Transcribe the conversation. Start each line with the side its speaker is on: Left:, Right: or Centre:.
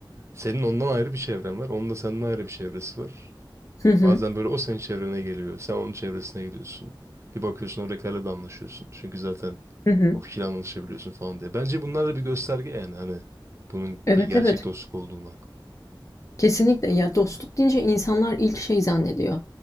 Right: Senin ondan ayrı bir çevren var. Onun da senden ayrı bir çevresi var.
Left: Hı hı.
Right: Bazen böyle o senin çevrene geliyor. Sen onun çevresine gidiyorsun. Bir bakıyorsun oradakilerle de anlaşıyorsun. Çünkü zaten
Left: Hı hı.
Right: o kişiyle anlaşabiliyorsun falan diye. Bence bunlar da bir gösterge yani hani bunun
Left: Evet
Right: bir gerçek
Left: evet.
Right: dostluk olduğuna.
Left: Kesinlikle ya dostluk deyince insanlar ilk şey zannediyor.